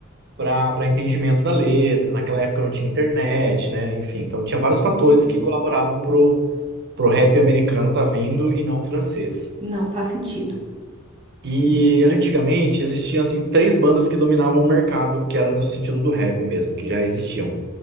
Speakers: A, on the right; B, on the right.
A: para para entendimento da letra. Naquela época não tinha internet, né? Enfim, então tinha vários fatores
B: Uhum.
A: que colaboravam pro, pro rap americano tá vindo e não francês.
B: Não, faz sentido.
A: E antigamente existiam assim três bandas que dominavam o mercado, que era no sentido do rap mesmo, que já existiam,